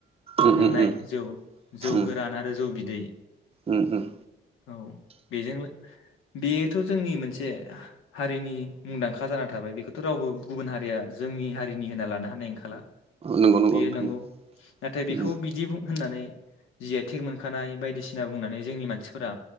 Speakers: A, on the right; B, on the left.
A: उम
B: मोननाय
A: उम उम
B: जौ जौ
A: उम
B: गोरान आरो जौ बिद दै
A: उम उम
B: औ बेजों बेयोथ' जोंनि मोनसे हारिनि मुंदांखा जानानै थाबाय बेखौथ' रावबो गुबुन हारिया जोंनि हारिनि होनना लानो हा हानाय ओंखाला
A: नंगौ
B: बे
A: नोंथां
B: नंगौ नाथाय बेखौ
A: उम
B: बिदि बुं होननानै जि आइ थेग मोनखानाय बायदिसिना बुंनानै जोंनि मानसिफोरा